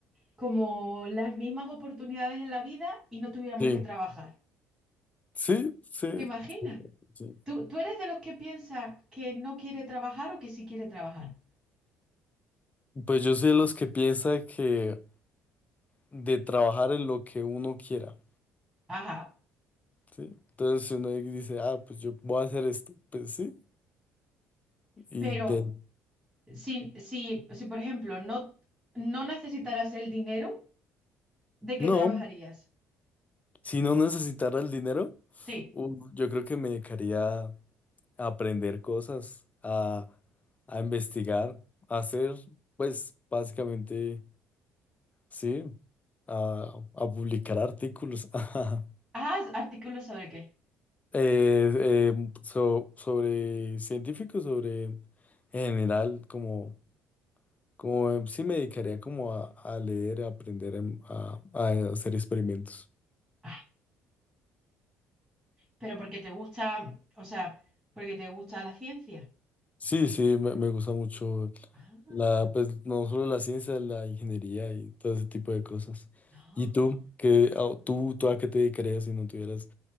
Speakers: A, on the right; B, on the left.
A: como las mismas oportunidades en la vida y no tuviéramos
B: sí,
A: que trabajar.
B: sí, sí,
A: ¿Te imaginas?
B: sí.
A: ¿Tú, tú eres de los que piensa que no quiere trabajar o que sí quiere trabajar?
B: Pues yo soy de los que piensa que de trabajar en lo que uno quiera.
A: Ajá,
B: Sí. Entonces, si uno dice, ah, pues yo voy a hacer esto, pues sí, y
A: pero
B: de...
A: si, si, si por ejemplo, no, no necesitaras el dinero, ¿de qué
B: No,
A: trabajarías?
B: si no necesitara el dinero,
A: Sí.
B: uh, yo creo que me dedicaría a aprender cosas, a, a investigar, a hacer, pues básicamente, sí, a, a publicar artículos <laughs> ajá,
A: Ah, artículos sobre qué.
B: eh, eh, so- sobre científicos, sobre en general, como Como eh, sí me dedicaría como a, a leer, a aprender, em, a, a hacer experimentos.
A: Ah, pero porque te gusta, o sea, porque te gusta la ciencia.
B: Sí, sí, me, me gusta mucho
A: Ah,
B: la, pues no solo la ciencia, la ingeniería y todo ese tipo de cosas.
A: ah.
B: ¿Y tú? ¿Qué, a- tú, tú a qué te dedicarías si no tuvieras,